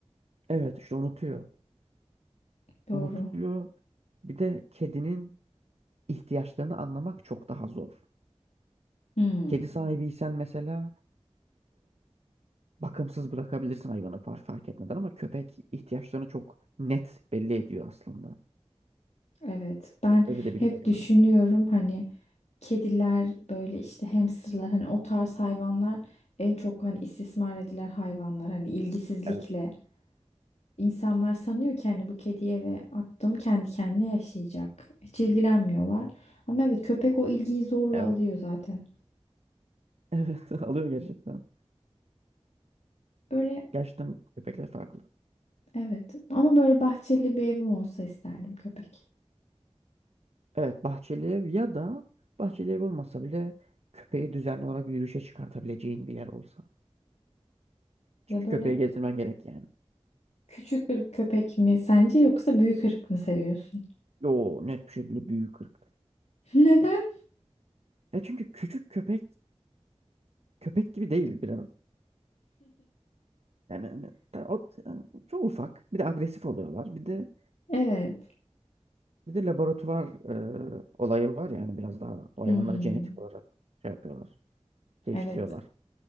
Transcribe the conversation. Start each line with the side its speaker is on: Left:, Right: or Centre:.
Right: Evet işte unutuyor.
Left: Doğru.
Right: Unutuyor. Bir de kedinin ihtiyaçlarını anlamak çok daha zor.
Left: Hmm,
Right: Kedi sahibiysen mesela bakımsız bırakabilirsin hayvanı par- fark etmeden ama köpek ihtiyaçlarını çok net belli ediyor aslında.
Left: evet. Ben
Right: Öyle de bir
Left: hep
Right: güzel yanı
Left: düşünüyorum
Right: var.
Left: hani kediler böyle işte hamsterlar hani o tarz hayvanlar en çok hani istismar edilen hayvanlar hani ilgisizlikle
Right: Evet,
Left: İnsanlar sanıyor ki hani bu kediyi eve attım kendi kendine yaşayacak. Hiç ilgilenmiyorlar. Ama evet köpek o ilgiyi zorla
Right: evet.
Left: alıyor zaten.
Right: <laughs> Evet, alıyor gerçekten.
Left: Böyle
Right: Gerçekten köpekler farklı.
Left: evet ama böyle bahçeli bir evim olsa isterdim köpek.
Right: Evet, bahçeli ev ya da bahçeli ev olmasa bile köpeği düzenli olarak yürüyüşe çıkartabileceğin bir yer olsa. Çünkü
Left: Ya böyle
Right: köpeği gezdirmen gerek yani.
Left: küçük ırk köpek mi sence yoksa büyük ırk mı seviyorsun?
Right: Yo, net bir şekilde büyük ırk.
Left: <laughs> Neden?
Right: Ya çünkü küçük köpek köpek gibi değil biraz. Yani, hani, ta- o- yani çok ufak. Bir de agresif oluyorlar. Bir de
Left: Evet.
Right: Bir de laboratuvar e, olayı var yani biraz daha o
Left: Hmm.
Right: hayvanları genetik olarak şey yapıyorlar. Değiştiriyorlar.
Left: Evet.